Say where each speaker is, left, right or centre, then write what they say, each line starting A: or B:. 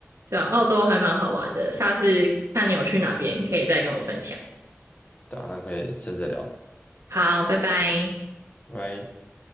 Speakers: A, on the right; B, on the left.
A: 对啊，澳洲还蛮好玩的，下次看你有去哪边，可以再跟我分享。
B: 对啊，那可以下次再聊，
A: 好，拜拜。
B: 拜拜。